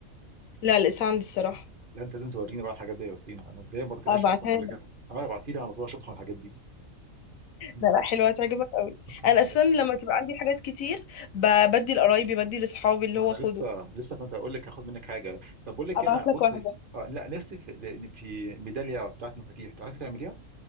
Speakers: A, on the left (about 80°); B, on the right (about 45°).
A: لا لسه عندي الصراحه
B: لا انت لازم توريني بقى الحاجات دي يا وسطينا انا ازاي ما رحتناش
A: ابعتها
B: اصلا قبل
A: لك
B: كده انا ابعتي لي على طول اشوفها الحاجات دي م-
A: لا لا حلوه هتعجبك قوي
B: م-
A: انا اساسا
B: ماشي
A: لما تبقى عندي حاجات كتير ب- بدي لقرايبي بدي لاصحابي اللي
B: انا
A: هو خده
B: لسه لسه كنت اقول لك هاخد منك حاجه طب بقول لك
A: ابعت
B: إيه، انا
A: لك
B: بص
A: واحده
B: آه لا نفسي في لأن في ميداليه بتاعت مفاتيح تعرفي تعمليها